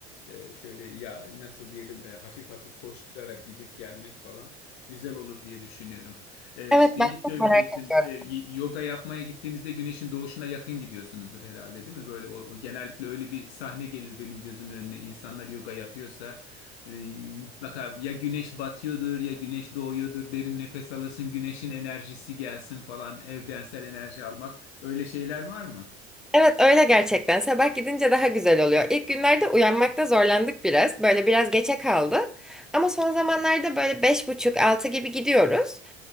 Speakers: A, on the left (about 80°); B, in the centre.
A: e, şöyle ya nasıl diyelim e, hafif hafif koşturarak gidip gelmek falan güzel olur diye düşünüyorum. E,
B: Evet
A: şeyi
B: ben çok
A: söyleyecektim
B: merak ediyorum.
A: E, y- yoga yapmaya gittiğinizde güneşin doğuşuna yakın gidiyorsunuzdur herhalde değil mi? Böyle o, o genellikle öyle bir sahne gelir benim gözümün önüne insanlar yoga yapıyorsa ee, Mutlaka ya güneş batıyordur ya güneş doğuyordur. Derin nefes alırsın, güneşin enerjisi gelsin falan. Evrensel enerji almak. Öyle şeyler var mı?
B: Evet öyle gerçekten. Sabah gidince daha güzel oluyor. İlk günlerde uyanmakta zorlandık biraz. Böyle biraz geçe kaldı. Ama son zamanlarda böyle beş buçuk altı gibi gidiyoruz.